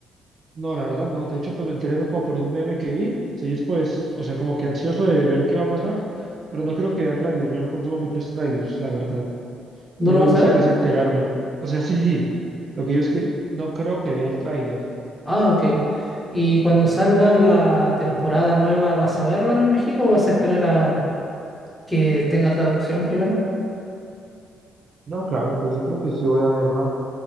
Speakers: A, on the right; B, in the centre.
A: No, la verdad no. De hecho, pues me enteré fue como por un meme que vi. Estoy pues, o sea, como que ansioso de ver qué va a pasar, pero no creo que vea tráiler. Yo no consumo muchos trailers, la verdad.
B: ¿No
A: No
B: lo
A: me
B: vas
A: gusta
B: a ver?
A: casi enterarme. O sea, sí, sí. Lo que yo es que no creo que vea el tráiler.
B: Ah, ok. ¿Y cuando salga la temporada nueva vas a verla, me imagino, o vas a esperar a que tenga traducción primero?
A: No, claro, pues yo creo que sí voy a verla